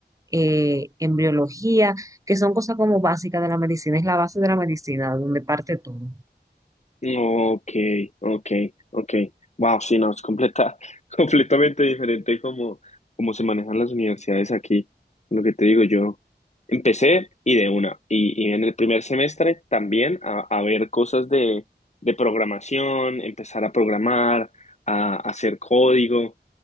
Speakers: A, on the right; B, on the left.
A: eh, embriología, que son cosas como básicas de la medicina, es la base de la medicina, donde parte todo.
B: Ok, ok, ok. Wow, sí, no, es completa, <laughs> completamente diferente como, como se manejan las universidades aquí. Lo que te digo, yo empecé y de una. Y, y en el primer semestre también a, a ver cosas de, de programación, empezar a programar, a, a hacer código.